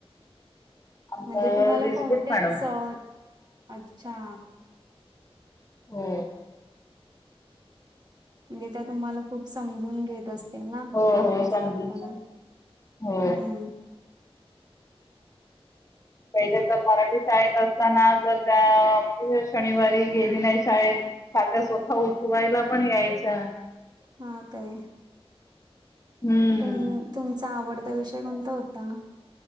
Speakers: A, on the left; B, on the right.
A: आमचं
B: म्हणजे तुम्हाला
A: रिसबूट
B: कोणत्या
A: मॅडम
B: सर अच्छा
A: हो.
B: म्हणजे त्या तुम्हाला खूप समजून घेत अस तील ना
A: हो
B: अभ्यास
A: हो समजू
B: करताना
A: हो
B: हूं <unintelligible>
A: पहिले तर मराठी शाळेत असताना. जर त्या म्हणजे शनिवारी गेली नाय शाळेत का त्या स्वतः उठवायला पण यायच्या.
B: हा काय
A: हम्म
B: तुम तुमचा आवडता विषय कोणता होता?